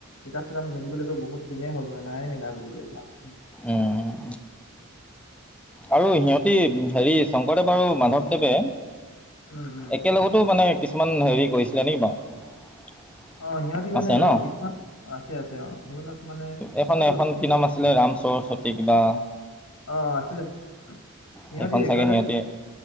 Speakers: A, on the left; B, in the centre.
A: কিতাপ চিতাপ মেলিবলৈতো বহুত দিনেই হ'ল নাই মেলা বুলিব লাগিব
B: উম আৰু সিহঁতি হেৰি শংকৰদেৱ আৰু মাধৱদেৱে
A: উম, উম,
B: একেলগতো মানে কিছুমান হেৰি কৰিছিলে নেকি বাৰু
A: অ সিহঁতি মানে
B: আছে ন
A: অ কিছুমান আছে আছে অ সেইবিলাক মানে
B: এইখন
A: এই
B: এখন কি নাম আছিলে ৰাম সৰস্বতী কিবা
A: অ আছিলে সিহঁতি
B: সেইখন
A: একেলগতে
B: চাগে সিহঁতি